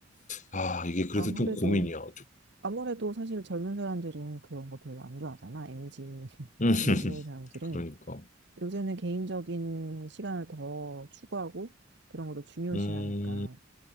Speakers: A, on the left; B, on the right.
A: 아, 이게 그래서
B: 아무래도
A: 좀 고민이야. 좀.
B: 아무래도 사실 젊은 사람들은 그런 거 별로 안 좋아하잖아. MZ
A: 음, <laughs>
B: MZ <laughs> 사람들은
A: 그러니까.
B: 요새는 개인적인 시간을 더 추구하고 그런 것도 중요시하니까
A: 음,